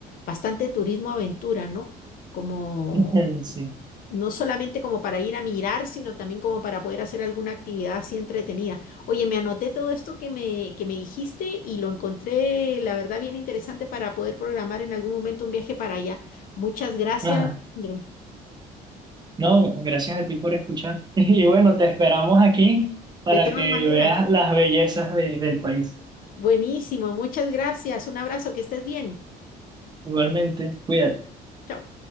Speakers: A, on the left (about 55°); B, on the right (about 25°).
A: bastante turismo aventura, ¿no? Como
B: <laughs> sí.
A: No solamente como para ir a mirar, sino también como para poder hacer alguna actividad así entretenida. Oye, me anoté todo esto que me, que me dijiste y lo encontré, la verdad, bien interesante para poder programar en algún momento un viaje para allá. Muchas gracias,
B: Ah,
A: Alejandro.
B: no, gracias a ti por escuchar. <laughs> Y bueno, te esperamos aquí para
A: De todas
B: que
A: maneras,
B: veas las bellezas de- del país.
A: buenísimo, muchas gracias. Un abrazo, que estés bien.
B: Igualmente, cuídate.
A: Chao.